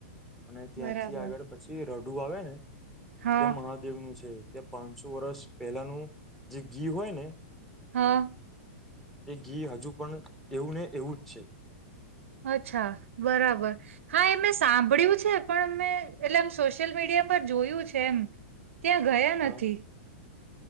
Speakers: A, in the centre; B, on the right (about 80°).
A: અને ત્યાંથી
B: બરાબર
A: આગળ પછી રઠું આવે ને
B: હા
A: ત્યાં મહાદેવનું છે પાંચસો વર્ષ પહેલાનું જે ઘી હોય ને
B: હા
A: એ ઘી હજુ પણ એવું ને એવું જ છે
B: અચ્છા બરાબર હા એમે સાંભળ્યું છે પણ એટલે એમ સોશિયલ મીડિયા પર જોયું છે એમ ત્યાં ગયા
A: હા
B: નથી